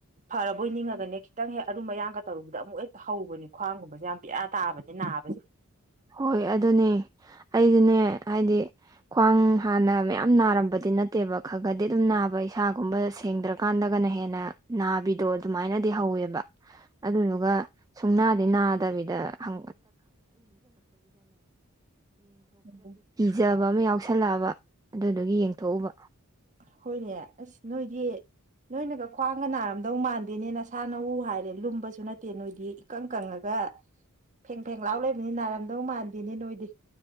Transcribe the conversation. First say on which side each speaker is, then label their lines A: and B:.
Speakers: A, on the right; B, on the right.
A: ꯐꯔꯕꯣꯏ ꯅꯤꯡꯉꯒꯅꯦ ꯈꯤꯇꯪ ꯍꯦꯛ ꯑꯔꯨꯝ ꯑꯌꯥꯡꯒ ꯇꯧꯔꯨꯕꯗ ꯑꯃꯨꯛ ꯍꯦꯛꯛꯇ ꯍꯧꯕꯅꯤ ꯈ꯭ꯋꯥꯡꯒꯨꯝꯕꯁꯦ ꯌꯥꯝ ꯄꯤꯌꯥ ꯇꯥꯕꯅꯦ ꯅꯥꯕꯁꯦ
B: ꯍꯣꯏ ꯑꯗꯨꯅꯦ ꯑꯩꯖꯨꯅꯦ ꯍꯥꯏꯗꯤ ꯈ꯭ꯋꯥꯡ ꯍꯥꯟꯅ ꯃꯌꯥꯝ ꯅꯥꯔꯝꯕꯗꯤ ꯅꯠꯇꯦꯕ ꯈ ꯈꯗꯤ ꯑꯗꯨꯝ ꯅꯥꯕ ꯏꯁꯥꯒꯨꯝꯕ ꯁꯦꯡꯗ꯭ꯔ ꯀꯥꯟꯗꯒꯅ ꯍꯦꯟꯅ ꯅꯥꯕꯤꯗꯣ ꯑꯗꯨꯃꯥꯏꯅꯗꯤ ꯍꯧꯋꯦꯕ ꯑꯗꯨꯗꯨꯒ ꯁꯨꯡꯅꯥꯗꯤ ꯅꯥꯗꯕꯤꯗ ꯈ
A: ꯎꯝ
B: ꯐꯕ ꯑꯃ ꯌꯥꯎꯁꯜꯂꯛꯑꯕ ꯑꯗꯨꯗꯨꯒꯤ ꯌꯦꯡꯊꯣꯛꯎꯕ
A: ꯍꯣꯏꯅꯦ ꯑꯁ ꯅꯣꯏꯗꯤ ꯅꯣꯏꯅꯒ ꯈ꯭ꯋꯥꯡꯒ ꯅꯥꯔꯝꯗꯧ ꯃꯥꯟꯗꯦꯅꯦ ꯅꯁꯥꯅ ꯎ ꯍꯥꯏꯔꯦ ꯂꯨꯝꯕꯁꯨ ꯅꯠꯇꯦ ꯅꯣꯏꯗꯤ ꯀꯪ ꯀꯪꯉꯒ ꯐꯦꯡ ꯐꯦꯡ ꯂꯥꯎ ꯂꯩꯕꯅꯤ ꯅꯥꯔꯝꯗꯧ ꯃꯥꯟꯗꯦꯅꯤ ꯅꯣꯏꯗꯤ